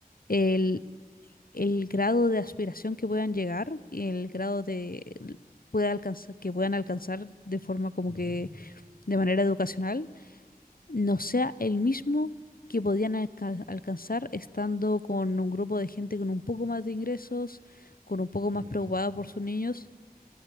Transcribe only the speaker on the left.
el, el grado de aspiración que puedan llegar, el grado de pueda alcanzar, que puedan alcanzar de forma como
que
de manera educacional no sea el mismo que podían alca- alcanzar estando con un grupo de gente con un poco más de ingresos, con un poco más
preocupada por sus niños.